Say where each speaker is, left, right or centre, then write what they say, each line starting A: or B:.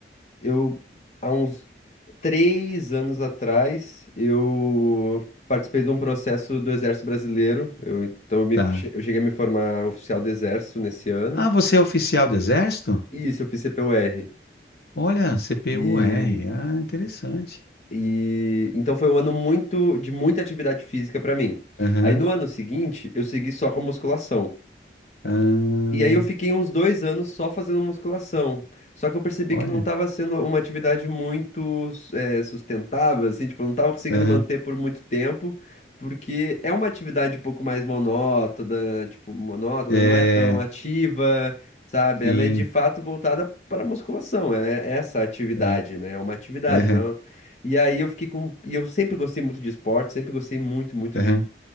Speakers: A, on the left; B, on the left.
A: eu, há uns três anos atrás, eu participei de um processo do Exército Brasileiro. Eu, então, eu, me,
B: Tá.
A: che- eu cheguei a me formar oficial do Exército nesse ano.
B: Ah, você é oficial do exército?
A: E isso, eu fiz CPUR.
B: Olha, CPU-R.
A: E,
B: Ah, interessante.
A: e então foi um ano muito de muita atividade física pra mim.
B: Aham.
A: Aí no ano seguinte, eu segui só com a musculação.
B: Ah,
A: E aí eu fiquei uns dois anos só fazendo musculação. Só que eu percebi
B: olha.
A: que não estava sendo uma atividade muito eh, sustentável, assim, tipo, eu não estava conseguindo
B: Aham.
A: manter por muito tempo, porque é uma atividade um pouco mais monótona, tipo, monótona,
B: É,
A: não é tão ativa, sabe?
B: sim.
A: Ela é de fato voltada para musculação, é é essa atividade,
B: É,
A: né? É uma atividade,
B: aham,
A: não. E aí eu fiquei com. E eu sempre gostei muito de esporte, sempre gostei muito, muito
B: aham.
A: de